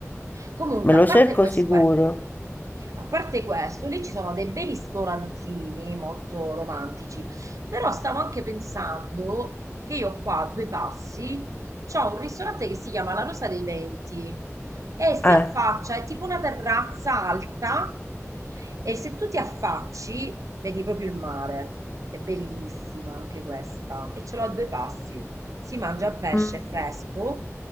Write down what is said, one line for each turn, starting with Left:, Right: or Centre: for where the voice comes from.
Right: Comunque,
Left: Me lo
Right: a parte
Left: cerco
Right: questo,
Left: sicuro.
Right: eh, a parte questo, lì ci sono dei bei ristorantini molto romantici, però stavo anche pensando che io qua a due passi c'ho un ristorante che si chiama La Rosa dei Venti e si
Left: Eh.
Right: affaccia, è tipo una terrazza alta e se tu ti affacci vedi proprio il mare. È bellissima anche questa e ce l'ho a due passi. Si mangia il pesce
Left: mm.
Right: fresco